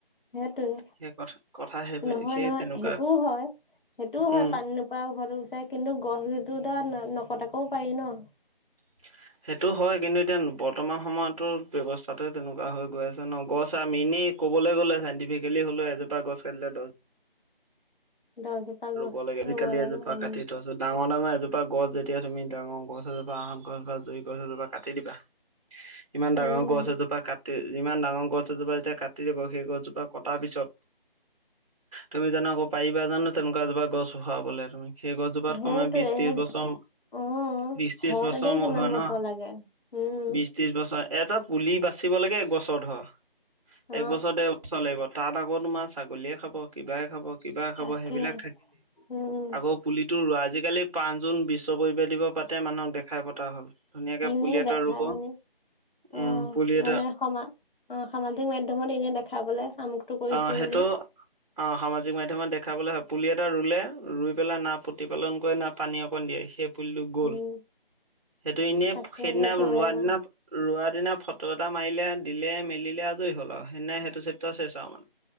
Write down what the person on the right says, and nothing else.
সেই কথা কথা সেই
সেই
তেনেকুৱা
উম
<inaudible> সেইটো হয় কিন্তু এতিয়া বৰ্তমান সময়তো ব্যৱস্থাতে তেনেকুৱা হৈ গৈ আছে ন গছ আৰু মিনিট ক'বলৈ গ'লে চাইণ্টিফিকেলি হ'লেও এজোপা গছ কাটিলে
ৰুব লাগে আজিকালি
এজোপা
কাটি থৈছো দাম ন ডাঙৰ এজোপা গছ যেতিয়া তুমি ডাঙৰ গছ এজোপা আঁহত গছ বা জুই গছ এজোপা কাটি দিবা ইমান ডাঙৰ
গছ এজোপা কাট যিমান ডাঙৰ গছ এজোপা যেতিয়া কাটি দিব, সেই গছজোপা কটাৰ পিছত তুমি যোনো আকৌ পাৰিবা জানো তেনেকুৱা এজোপা গছ হৰাবলে তুমি সেই গছজোপাত
কমে বিশ ত্ৰিশ বছৰ
বিছ ত্ৰিশ
বছৰ মোৰ
হয়
ন
বিছ ত্ৰিশ বছৰ এটা পুলি বাচিব লাগে এক বছৰ ধৰ,
একবছৰ ডেৰ বছৰ লাগিব। তাত আকৌ তোমাৰ ছাগলীয়ে খাব কিবাই খাব কিবাই খাব
সেইবিলাক
আকৌ পুলিটো আজিকালি পাঁচ জুন বিশ্ব পৰিবেশ দিৱস পাতে মানুহক দেখাই পতা হ'ল। ধুনীয়াকে
পুলি এটা
ৰুব
উম পুলি এটা
অ সেইটো
অ সামাজিক মাধ্যমত দেখ খাবলে হয় পুলি এটা ৰুলে ৰুই পেলাই না প্ৰতিপালন কৰে না পানী অকণ দিয়ে। সেই পুলিটো গ'ল,
সেইটো এনেয়
সেইদিনা
ৰোৱাৰ
দিনা ৰোৱা দিনা ফটো এটা মাৰিলে দিলে মে আজৰি হ'ল আৰু সেনে সেইটো চেপটাৰ চেচ আৰু মানে